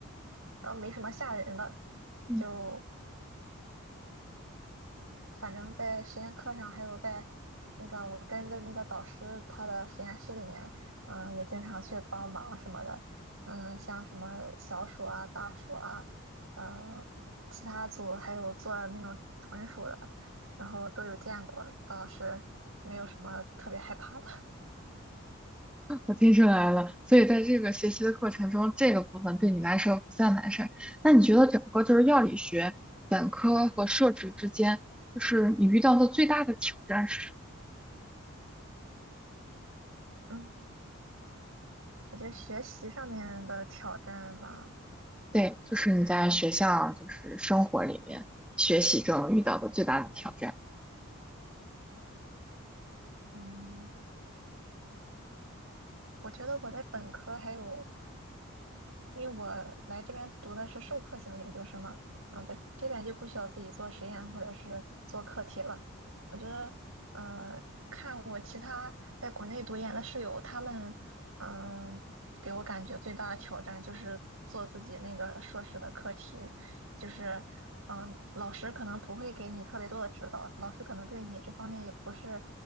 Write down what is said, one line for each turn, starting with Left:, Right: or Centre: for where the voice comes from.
Right: 倒没什么吓人的，
Centre: 嗯
Right: 就反正在实验课上，还有在那个我跟着那个导师他的实验室里面，嗯，也经常去帮忙什么的，嗯，像什么小鼠啊、大暑啊，嗯，其他组还有做那种豚鼠的，然后都有见过，倒是没有什么特别害怕的。
Centre: 我听出来了，所以在这个学习的过程中，这个部分对你来说不算难事儿。那你觉得整个就是药理学本科和硕士之间，就是你遇到的最大的挑战是什么
Right: <laughs> 嗯，我觉得学习上面的挑战嘛，
Centre: 对，就是你在学校就是生活里面学习中遇到的最大的挑战。
Right: 嗯，我觉得我在本科还有因为我来这边读的是授课型研究生嘛，嗯，在这边就不需要自己做实验或者是做课题了。我觉得，呃，看我其他在国内读研的室友，他们，嗯、给我感觉最大的挑战就是做自己那个硕士的课题，就是，嗯、老师可能不会给你特别多的指导，老师可能对你这方面也不是，